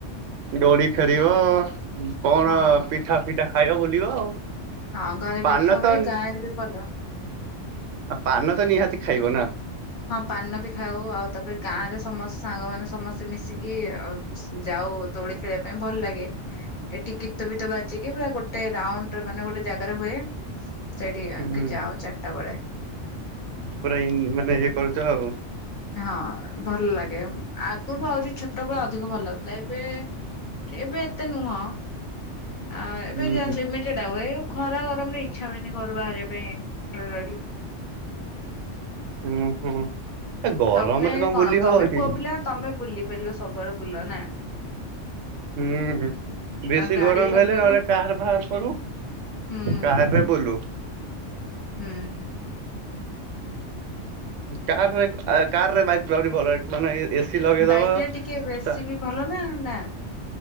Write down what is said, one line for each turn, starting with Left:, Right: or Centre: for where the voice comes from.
Right: ଦୋଡି ଖେଳିବ କଣ
Left: ହଁ।
Right: ପିଠା ଫିଠା ଖାଇବ ବୁଲିବ ଆଉ।
Left: ହଁ ଘରେ
Right: ପାନ
Left: ପିଠା
Right: ତ
Left: ହୁଏ ଗାଁ ରେ ବି ଭଲ
Right: ଆଉ ପାନ ତ ନିହାତି ଖାଇବ ନା?
Left: ହଁ ପାନ ବି ଖାଉ ଆଉ ତାପରେ ଗାଁ ରେ ସମସ୍ତ ସାଙ୍ଗମାନେ ସମସ୍ତେ ମିଶିକି ଯାଉ ଦୋଳି ଖେଳିବା ପାଇଁ ଭଲ ଲାଗେ। ଏଠି ଗୀତ ଫୀତ ବାଜିକି ପୁରା ଗୋଟେ ରାଉଣ୍ଡରେ ମାନେ ଗୋଟେ ଜାଗାରେ ହୁଏ। ସେଠିକ
Right: ହୁଁ।
Left: ଆ ଯାଅ ଚାରିଟା ବେଳେ।
Right: ପୁରା ଇ ମାନେ ଇଏ କରୁଛ ଆଉ।
Left: ହଁ ଭଲ ଲାଗେ ଆଗରୁ ଆହୁରି ଛୋଟବେଳେ ଅଧିକ ଭଲ ଲାଗୁଥିଲା। ଏବେ ଏବେ ଏତେ ନୁହଁ ଆ ଏବେ
Right: ହୁଁ
Left: ଯାନ୍ତି ମି ସେଟା ହୁଏ ଖରା ଗରମରେ ଇଚ୍ଛା ହୁଏନି ଘରୁ ବାହାରିବା ପାଇଁ <inaudible> ରହିଲୁ।
Right: ହୁଁ ହୁଁ। ଏ ଗରମରେ
Left: ତମେ କଣ
Right: ବୁଲି ହବ
Left: ତମେ
Right: କି
Left: ପୁଅ ପିଲା ତମେ ବୁଲି ପାରିବ ସବୁବେଳେ ବୁଲ ନା।
Right: ହୁଁ ବେଶୀ
Left: ତମ ଗାଡି
Right: ଗରମ
Left: ଗଲଦଲା
Right: ହେଲେ ନହେଲେ କାର ବାହାର କରୁ।
Left: ହୁଁ
Right: କାରରେ ବୁଲୁ।
Left: ହୁଁ।
Right: କାରରେ କାରରେ ବାଇକ୍ ଠୁ ଆହୁରି ଭଲ ମାନେ ଇଏ ଏସି ଲଗେଇଦବ
Left: ବାଇକ ରେ ଟିକେ ବେଶୀ
Right: ତା
Left: ବି ଭଲ ନା ନା।